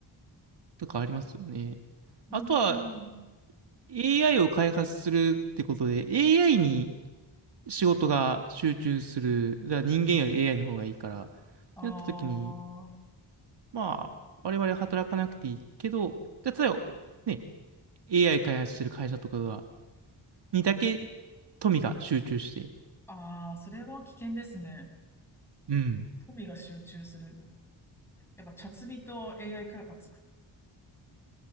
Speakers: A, on the right; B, in the centre.
A: とかありますよね。
B: うーん。
A: あとは、AI を開発するってことで、AI に仕事が集中する、だから人間より AI の方がいいから、ってなった時に、
B: ああ。
A: まあ、我々は働かなくていいけど、じゃあ例えばね、AI 開発してる会社とかが、にだけ富が集中して、
B: ああ、それは危険ですね。
A: うん。
B: 富が集中する。やっぱ、茶摘みと AI 開発か。